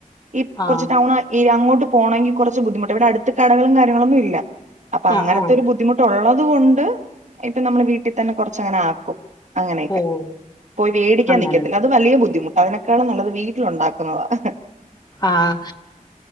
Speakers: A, on the right (about 60°); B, on the left (about 30°).
A: ഈ
B: ആ
A: കൊറച്ച് ടൗണാ ഈ അങ്ങോട്ട് പോണെങ്കി കൊറച്ച് ബുദ്ധിമുട്ട് ഇവിടെ അടുത്ത് കടകളും കാര്യങ്ങളൊന്നുമില്ല. അപ്പൊ അങ്ങനത്തൊരു
B: ആ ആ
A: ബുദ്ധിമുട്ടുള്ളത് കൊണ്ട് ഇപ്പൊ നമ്മള് വീട്ടിതന്നെ കൊറച്ചങ്ങനെ ആക്കും. അങ്ങനെയൊക്കെ.
B: ഓ
A: പോയി വേടിക്കാൻ
B: അങ്ങനല്ല
A: നിക്കത്തില്ല. അത് വലിയ ബുദ്ധിമുട്ടാ അതിനൊ ക്കാളും നല്ലത് വീട്ടിലുണ്ടാക്കുന്നതാ ഹ്ഹ്
B: ആഹ്.